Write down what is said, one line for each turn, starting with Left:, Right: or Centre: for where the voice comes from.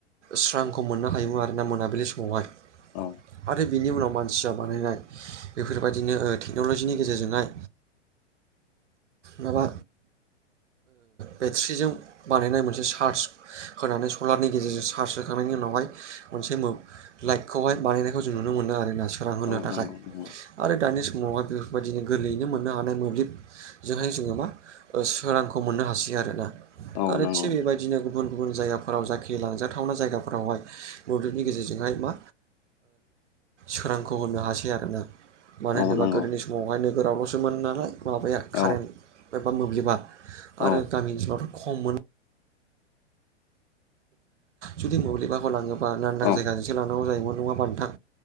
Right: स्रां खौ मोननो होयोमोन आरोना मोनाबिलि समावहाय।
Left: औ
Right: बेनि उनाव मानसिया बानायनाय बेफोरबायाददिनो टेक्न'लजिनि गेजेरजोंहाय माबा बेट्रिजों बानायनाय मोनसे चार्ज होनानै सलारनि गेजेरजों चार्ज होखांनायनि उनाव बेवहाइ मोनसे लाइखौ बानायखौ जों नुनो मोनो आरोना सोरां होनो
Left: औ
Right: थाखाय।
Left: नंगौ नंगौ
Right: आरो दानि समावहाय बेफोरबायदिनो गोरलैयैनो मोननो हानाय मोब्लिब जोंहाय जोङो मा सोरांखौ मोननो हासै आरोना।
Left: औ
Right: आरो
Left: नंगौ
Right: थिग बेबायदिनो गुबुन गुबुन जायगाफोराव जाखि लांजाथावना जायगाफोरावहाय मोब्लिबनि गेजेरजोंहाय मा सोरांखौ होनो हासै आरोना। मानो
Left: औ
Right: होनोबा
Left: नंगौ
Right: गोदोनि समावहाय नोगोरावल'सो मोन नालाय माबाया कारेन्ट
Left: औ
Right: एबा मोब्लिबा आरो
Left: औ
Right: गामि ओनसोलावथ' खम मोन। जुदि मोब्लिबाखौ लाङोबा लांदां
Left: औ
Right: जायगाजोंसो लांनांगौ जायोमोन नङा होनबा नोंथां?